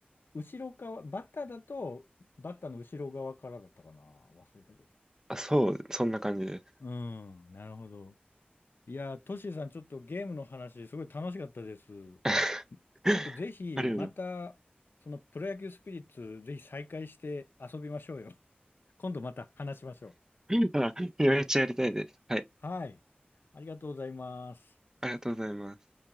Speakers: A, on the left; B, on the right.
A: 後ろ側、バッターだと、バッターの後ろ側からだったかな。忘れたけど。
B: あ、そう、そんな感じです。
A: うん、なるほど。いやー、トシーさん、ちょっとゲームの話、すごい楽しかったです。
B: <laughs>
A: ちょっとぜひ、
B: ありがとうご
A: また、そのプロ野球スピリッツ、ぜひ再開して遊びましょうよ。今度また話しましょ
B: ざいます。<laughs> あいやめっちゃやりたいです。はい。
A: う。はい。ありがとうございます。
B: ありがとうございます。